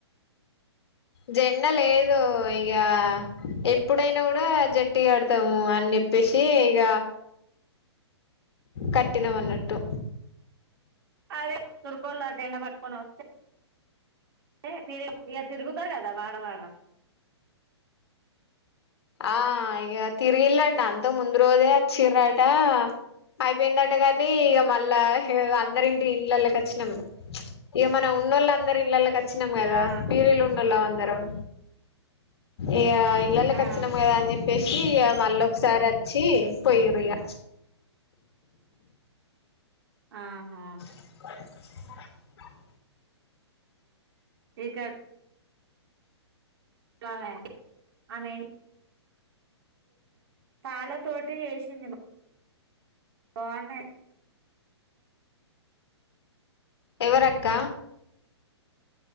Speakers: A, on the left; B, on the right.
A: జెండా లేదు ఇగ ఎప్పుడైనా కూడా జట్టుగా ఆడతాము అని చెప్పేసి ఇగ కట్టినం అన్నట్టు
B: అదే తురుకొల్ల జెండ పట్టుకొని వస్తె ఏ తిరు ఇగా తిరుగుతారు కదా వాడవాడ
A: ఆ ఇక తిరిగిలాంట అంతకు ముందు రోజే వచ్చిర్రటా అయిపోయిందట గాని ఇక మళ్ళా అందరి ఇంటి ఇళ్ళలోకి వచ్చినాం ఇక మన ఉన్నోళ్ళ అందరి ఇండ్లలోకి వచ్చినం కదా
B: ఆ
A: ఫీరీలు ఉన్నోళ్ళాం అందరం ఇగ
B: ఆ
A: తెచ్చినం కదా అని చెప్పేసి ఇక మళ్ళీ ఒకసారి వచ్చి పోయిర్రు ఇక
B: ఆహా
A: <inaudible>
B: ఇంకా ఆమె ఆమె పాల తోటి చేసింది బావున్నాయి
A: ఎవరక్క